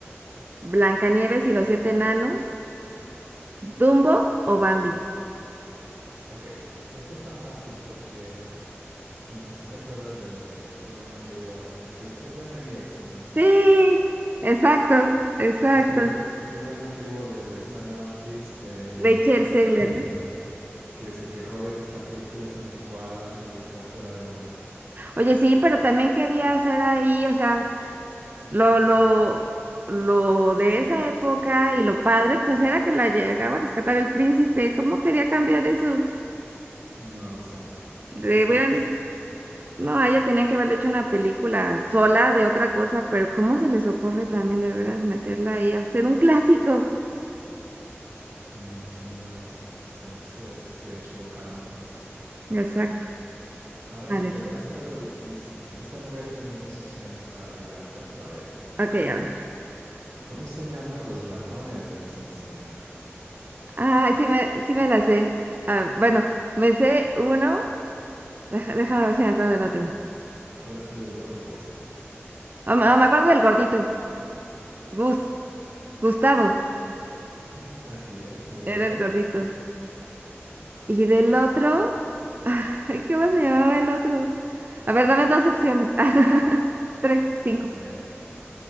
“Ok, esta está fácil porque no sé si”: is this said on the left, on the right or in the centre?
Right